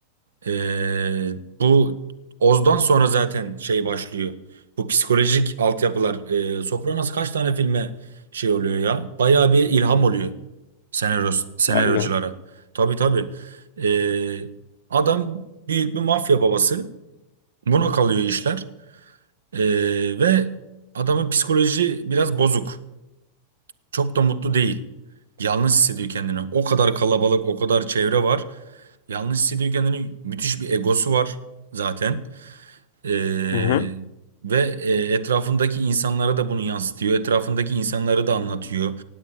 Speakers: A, on the right; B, on the left.
A: E, bu Oz'dan sonra zaten şey başlıyor. Bu psikolojik altyapılar. E, Sopranos kaç tane filme şey oluyor ya? Bayağı bir ilham oluyor senaryo, senaryoculara.
B: Vay be.
A: Tabii tabii. E, adam büyük bir mafya babası. Buna kalıyor işler. E, ve adamın psikoloji biraz bozuk. Çok da mutlu değil. Yalnız hissediyor kendini. O kadar kalabalık, o kadar çevre var. Yalnız hissediyor kendini. Müthiş bir egosu var zaten. Ee,
B: Hı hı.
A: ve e, etrafındaki insanlara da bunu yansıtıyor. Etrafındaki insanları da anlatıyor.